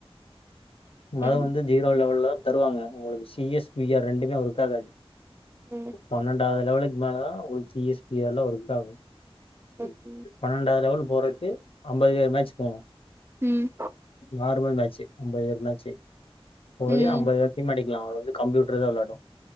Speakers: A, on the left; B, on the right.
A: மழ
B: ம்
A: வந்து ஜீரோ லெவல்ல தா தருவாங்க உங்களுக்கு சி எஸ் பி ஆர் ரெண்டுமே ஒர்க் ஆகாது
B: ஓ
A: பன்னெண்டாவ லெவலுக் மேல தா உங்களுக்கு சி எஸ், பி ஆர் லா ஒர்க் ஆகு <inaudible>
B: ஓகே
A: பன்னெண்டாவது லெவல் போறக்கு அம்பது மேட்ச் போனோ
B: ம்
A: நார்மல் மேச் ச் அம்பது பேரு மேட் ச்சி ஒரே
B: ம்
A: அம்பது வாட்டி மடிக்கலா அது வந்து கம்ப்யூட் டர்தா வெள்ளாடு